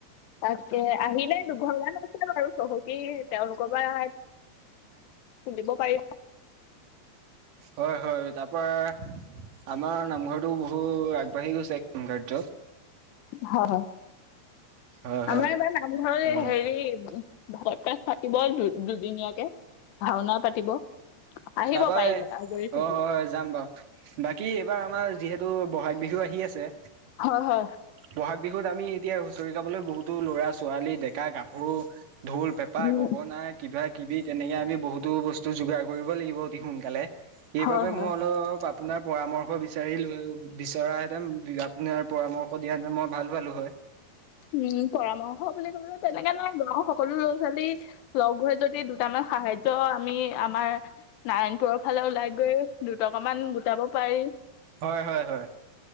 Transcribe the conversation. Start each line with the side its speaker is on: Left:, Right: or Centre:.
Left: তাকে আহিলে দুঘৰমান আছে বাৰু চহকী তেওঁলোকৰ পৰা তুলিব পাৰিবা।
Right: হয় হয় তাৰ পৰা আমাৰ নামঘৰটো বহুত আগবাঢ়ি গৈছে কাম কাৰ্য।
Left: হয় হয়,
Right: হয় হয়।
Left: আমাৰ এইবাৰ নামঘৰত
Right: হয়
Left: হেৰি ভাগৱত পাঠ পাতিব দু দুদিনীয়াকে ভাওনা পাতিব। আহিব
Right: তাৰাপাই
Left: পাৰিলে আজৰি থাকিলে
Right: অ হয় হয় যাম বাৰু। বাকী এইবাৰ আমাৰ যিহেতু ব'হাগ বিহু আহি আছে।
Left: হয় হয়।
Right: বহাগ বিহুত আমি এতিয়া হুঁচৰি গাবলৈ বহুতো ল'ৰা- ছোৱালী ডেকা- গাভৰু ঢোল, পেঁপা,
Left: উম
Right: গগনা কিবা-কিবি তেনেকে আমি বহুত বহু বস্তু যোগাৰ কৰিব লাগিব অতিসোনকালে সেইবাবে
Left: হয় হয়
Right: মই অলপ অলপ আপোনাৰ পৰামৰ্শ বিচাৰিলো বিচৰা হেঁতেন আপোনাৰ পৰামৰ্শ দিয়া হেতেন ভাল পালো হয়।
Left: উম পৰামৰ্শ বুলি ক'বলে তেনেকা নাই গাঁৱৰ সকলো ল'ৰা ছোৱালী লগ হৈ যদি দুটামান সাহায্য আমি আমাৰ নাৰায়ণপুৰৰ ফালে ওলাই গৈ দুটকা মান গোটাব পাৰি।
Right: হয় হয় হয়।